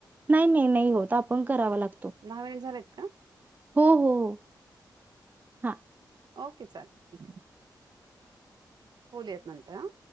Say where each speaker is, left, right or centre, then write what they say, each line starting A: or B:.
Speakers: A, on the right; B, on the right.
A: नाही नाही नाही होत आपण करावा लाग
B: दहा मिनिट झालेत का?
A: हो हो हो हां
B: ओके चाले ठीक बोलूयात नंतर हां